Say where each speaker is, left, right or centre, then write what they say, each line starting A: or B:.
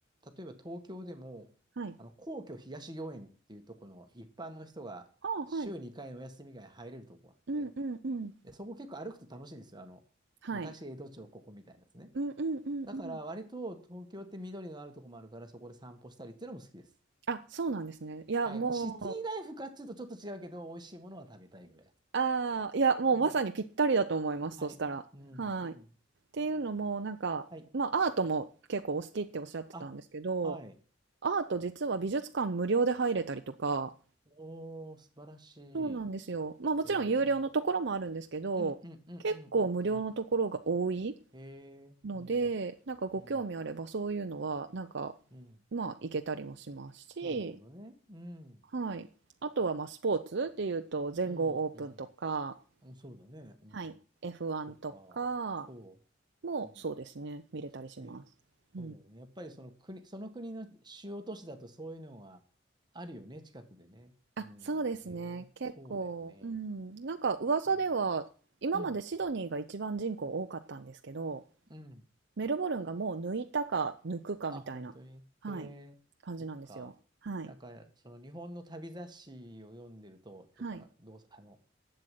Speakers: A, on the right (about 20°); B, on the right (about 60°).
A: 例えば東京でも、
B: はい。
A: あの、皇居東御苑っていうところの一般の人が週2回のお休みが入れるとこがあって、
B: ああ、はい。うんうんうん。
A: で、そこ結構歩くと楽しいんですよ。あの、
B: はい。
A: 昔江戸町ここみたいなやつね。
B: うんうんうんうん。
A: だから割と東京って緑のあるとこもあるからそこで散歩したりっていうのも好きです。
B: あ、そうなんですね。いや、
A: はい。
B: もう、
A: シティライフかっていうとちょっと違うけど、美味しいものは食べたいぐらいだと。
B: ああ、いや、もうまさにぴったりだと思います、
A: うんはい。
B: そしたら。
A: うん。
B: はい。
A: うん。
B: っていうのも、なんか、
A: はい。
B: まあ、アートも結構お好きっておっしゃってたんですけど、
A: あ、はい。
B: アート実は美術館無料で入れたりとか、
A: おー、素晴らしい。
B: そうなんですよ。まあ、もちろん有料のところもあるんですけど、
A: えー。うんうんうんうんうんうん。
B: 結構無料のところが多い
A: えー。
B: ので、
A: うん。
B: なんかご興味あればそういうのは、
A: うん。
B: なんか、
A: うん。
B: まあ、行けたりもしますし、
A: なるほどね。うん。
B: はい。あとはまあスポーツっていうと全豪オープンとか、
A: うん。うん。うんそうだね。うん。
B: はい、F1
A: そっか。
B: とか
A: そ
B: もそうですね、
A: う。うん。
B: 見れたりします。
A: ね、
B: うん。
A: そうだよね。やっぱりその国、その国の主要都市だとそういうのはあるよね、近くでね。
B: あ、
A: うん。
B: そうですね。
A: へえ、
B: 結構、
A: そうだよね。
B: うん。なんか噂では今までシドニーが一番人口多かったんですけど、
A: うん。うん。うん。
B: メルボルンがもう抜いたか抜くかみたいな、
A: あ、本当に。
B: はい、
A: へえ、
B: 感じなんですよ。
A: そっか。
B: はい。
A: なんか、その日本の旅雑誌を読んでると、っていうか、
B: はい。
A: どう、あの、